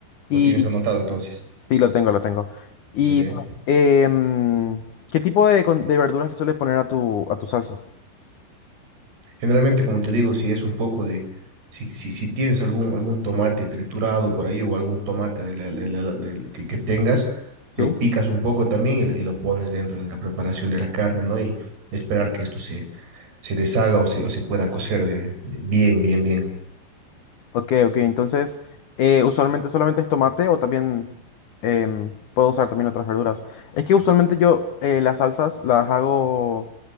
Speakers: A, on the left; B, on the right.
A: Y
B: ¿Lo tienes anotado entonces?
A: sí, lo tengo, lo tengo. Y
B: Muy bien.
A: em, ¿qué tipo de, con- de verduras le sueles poner a tu, a tu salsa?
B: Generalmente, como te digo, si es un poco de, si, si, si tienes algún, algún tomate triturado por ahí o algún tomate de la- de la- del que, que tengas,
A: ¿Sí?
B: lo picas un poco también y, lo- y lo pones dentro de la preparación de la carne, ¿no? Y esperar que esto se, se deshaga o se, o se pueda cocer de- de- bien, bien, bien.
A: Ok, ok, entonces, eh, usualmente solamente es tomate o también em, puedo usar también otras verduras. Es que usualmente yo eh, las salsas las hago